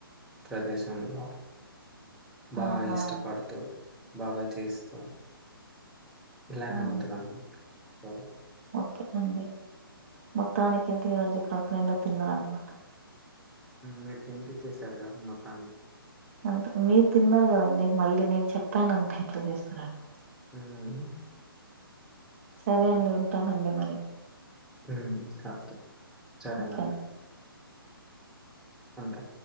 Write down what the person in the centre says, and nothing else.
ప్రదేశంలో బాగా
ఇష్టపడుతరు బాగా చేస్తవు ఇలానే
ఉంటాదన్న సో
మీరు తినిపించేసారుగా మొత్తానికి
అవును అండి
హ్మ్ ఓకే సెరెనండి
అంతే